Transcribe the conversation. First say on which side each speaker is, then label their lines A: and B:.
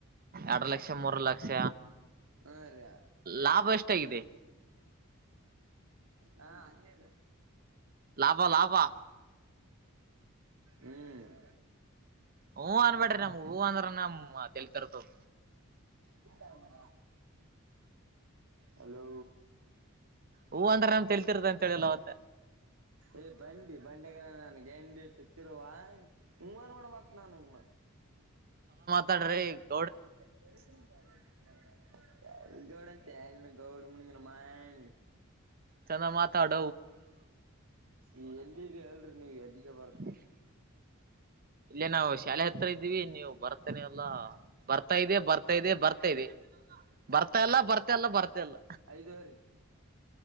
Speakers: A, on the right (about 45°); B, on the right (about 70°).
A: ಎರಡ್ ಲಕ್ಷ ಮೂರ್ ಲಕ್ಷ
B: ಹಾ ರೀ
A: ಲಾಭ ಎಷ್ಟಾಗಿದೆ
B: ಹಾ ಅಂಜೇ
A: ಲಾಭ ಲಾಭ
B: ಹ್ಮ್
A: ಹೂ ಅನ್ಬೇಡ್ರಿ ನಮ್ಗ್ ಹೂ ಅಂದ್ರ ನಮ್ ತೆಲಿ ತಿರ್ತದ
B: ಇಲ್ಲ ಮ ಹಲೋ
A: ಹೂ ಅಂದ್ರ ನಮ್ ತೆಲಿ ತಿರ್ತದ ಅಂತ ಹೇಳಿಲ್ಲ ಅವತ್ತ
B: ಎ ಬ <unintelligible> ಗಂಡಿ ಬಂಡೆಗ ನನ್ಗೆ ಗಂಡಿ <unintelligible> ತಿವಾ ಹವಾರ ಮಾಡಡ ಮಾತ್ರನ
A: ತಡ್ರ <unintelligible>
B: ಹ ಬ <unintelligible> ಗೌಡ ಗೌಡ ಮ ಮಾಡನ
A: ಚೆಂದ ಮಾತಾಡ
B: ಈ ಎಲ್ಲಿರಿ ಹೇಳ್ರಿ ನೀವ್ ಎಲ್ಲಿಗೆ ಬರ್ತ
A: <unintelligible>
B: ನೀ
A: ಇಲ್ಲೇ ನಾವು ಶಾಲೆ ಹತ್ರ ಇದ್ದೀವಿ ನೀವು ಬರ್ತೇನೆ ಅಲ್ಲಾ ಬರ್ತಾ ಇದೆ ಬರ್ತಾ ಇದೆ ಬರ್ತಾ ಇದೆ ಬರ್ತಾ ಎಲ್ಲ ಬರ್ತಾ ಎಲ್ಲ ಬರ್ತಾ ಇಲ್ಲ
B: ಐದುವರಿ